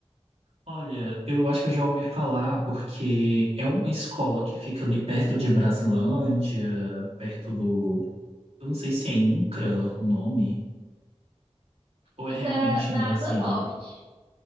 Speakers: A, on the right; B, on the right.
A: Olha, eu acho que eu já ouvi falar porque é uma escola que fica ali perto de Braslândia, perto do. Eu não sei se é INCRA o nome, ou
B: Fica
A: é realmente
B: na
A: em Brasília.
B: Asa Norte.